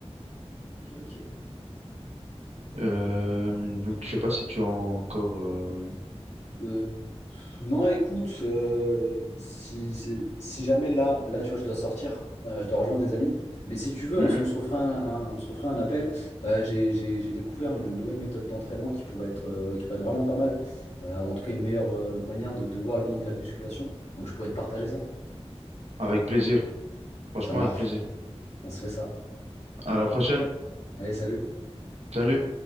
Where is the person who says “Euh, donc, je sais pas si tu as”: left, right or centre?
Right